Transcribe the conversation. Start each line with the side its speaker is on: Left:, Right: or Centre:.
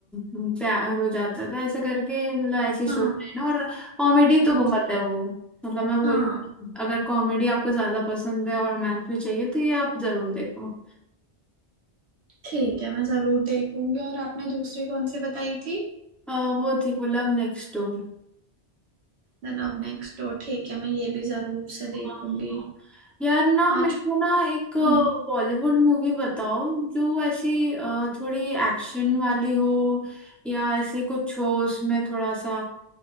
Centre: प्यार हो जाता है तो ऐसे करके मतलब ऐसी स्टोरी
Right: हाँ
Centre: है ना और कॉमेडी
Right: हम्म
Centre: तो बहुत है वो मतलब मैं बोलूँ
Right: हाँ
Centre: अगर कॉमेडी आपको ज्यादा पसंद है और रोमांस भी चाहिए तो ये आप जरूर देखो
Right: ठीक है मैं जरूर देखूंगी और आपने दूसरी कौन सी बताई थी
Centre: अ, वो थी पुल अप नेक्स्ट डोर
Right: The love next door ठीक है मैं ये भी जरूर से
Centre: हाँ।
Right: देखूंगी
Centre: यार ना
Right: आज
Centre: मेरे को ना एक
Right: हम्म
Centre: बॉलीवुड मूवी बताओ जो ऐसी अ, थोड़ी एक्शन वाली हो या ऐसी कुछ हो उसमें थोड़ा सा